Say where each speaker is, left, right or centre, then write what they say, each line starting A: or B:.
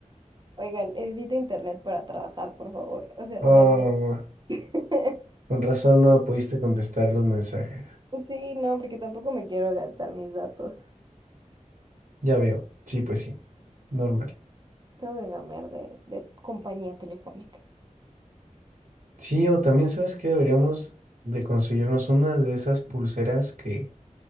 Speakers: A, on the right (about 35°); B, on the right (about 85°).
A: oigan, necesito internet para trabajar, por favor. O sea,
B: Oh,
A: denme.
B: amor,
A: <laughs>
B: con razón no me pudiste contestar los mensajes.
A: Sí, no, porque tampoco me quiero gastar mis datos.
B: Ya veo. Sí, pues sí, normal.
A: Tengo que cambiar de, de compañía telefónica.
B: Sí, o también sabes que deberíamos de conseguirnos unas de esas pulseras que